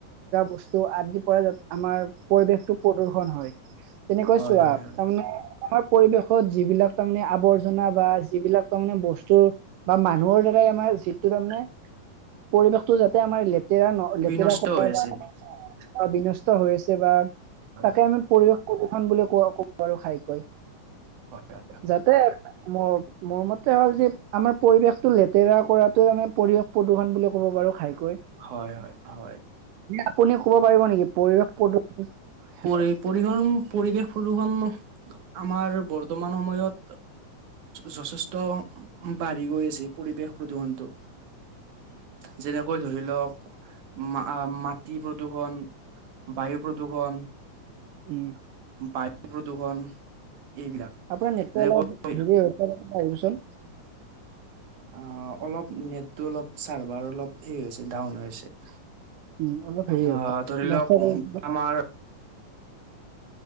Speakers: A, on the right; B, on the right.
A: বস্তু আদি আমাৰ পৰিৱেশটো প্ৰদূষন হয়, তেনেকৈ
B: হয়
A: চোৱা
B: হয় হয়
A: তাৰমানে আমাৰ পৰিৱেশ ত যিবিলাক তাৰমানে আৱৰ জনা বা যিবিলাক তাৰামানে বস্তু বা মানুহৰ দ্বাৰাই আমাৰ যিটো তাৰমানে, পৰিৱেশটো যাতে আমাৰ লেতে লেতেৰা ন লেতেৰা
B: বিনষ্ট
A: কৰা
B: হৈ আছে
A: বা অ বিনষ্ট হৈ আছে বা
B: হয়
A: তাকে
B: হয়
A: আমি পৰিৱেশ <inaudible> বুলি কব পাৰো খাই কৈ
B: হয়
A: যাতে। মোৰ মোৰ মতে হ'ল যে আমাৰ পৰিৱেশতটো লেতেৰা কৰাত আমি পৰিৱেশ প্ৰদূষণ বুলি ক'ব পাৰো খাই।
B: হয় হয় হয়।
A: আপুনি ক'ব পাৰিব নেকি পৰিৱেশ প্ৰদূষণ?
B: পৰি পৰিহন পৰিৱেশ প্ৰদূষণ। আমাৰ বৰ্তমান সময়ত যথেষ্ট। বাঢ়ি গৈ আছে পৰিৱেশ প্ৰদূষণটো। যেনে, কৈ ধৰিলওক মা মাটি প্ৰদূষণ। প্ৰদূষণ বায়ু প্ৰদূষণ
A: উম
B: বা। প্ৰদূষণ। এইবিলাক
A: আপোনাৰ নেটটো
B: যেনেকৈ
A: অলপ হেৰি হৈছে। আহিবচোন?
B: অঁ, অলপ। নেটটো অলপ চাৰ্ভাৰ অলপ হেৰি হৈছে ডাউন হৈ আছে হৈছে
A: উম অলপ হেৰি হ'ব
B: অহ ধৰি
A: নষ্ট
B: লওক
A: কৰি
B: আমাৰ।